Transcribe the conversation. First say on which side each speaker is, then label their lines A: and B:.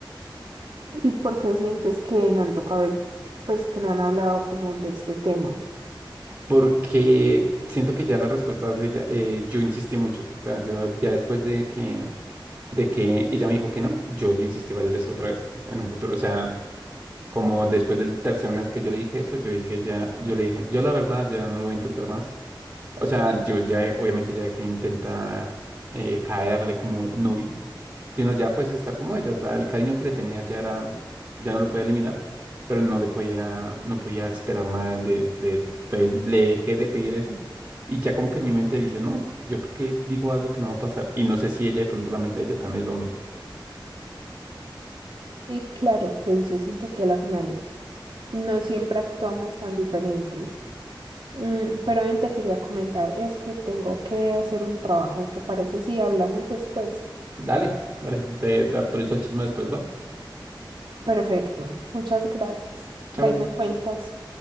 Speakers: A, on the right; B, on the right.
A: ¿Y por qué sientes que no han tocado el, pues que no han hablado como de este tema?
B: porque siento que ya la respuesta es ella, eh, yo insistí mucho. O sea, yo ya después de que, de que ella me dijo que no, yo le insistí varias veces otra vez en un futuro. O sea, como después del tercer mes que yo le dije eso, yo dije ya, yo le dije, yo la verdad ya no lo voy a intentar más. O sea, yo ya, obviamente ya dejé de intentar eh, caerle como novio sino ya pues estar como ella, o sea, el cariño que le tenía ya era, ya no lo podía eliminar, pero no le podía, no podía esperar nada de, de ella. Entonces le dejé de pedir eso y ya como que en mi mente dice, no, yo por qué digo algo que no va a pasar y no sé si ella de pronto la mente de ella también es lo mismo.
A: Y claro, pues yo siento que a la final no siempre actuamos tan diferentes. Mm, pero ven, te quería comentar, es que tengo que hacer un trabajo, ¿te parece si hablamos después?
B: Dale, dale, te, te actualizo el chisme después, va.
A: Perfecto, muchas gracias.
B: Chau.
A: Por ahí me cuentas.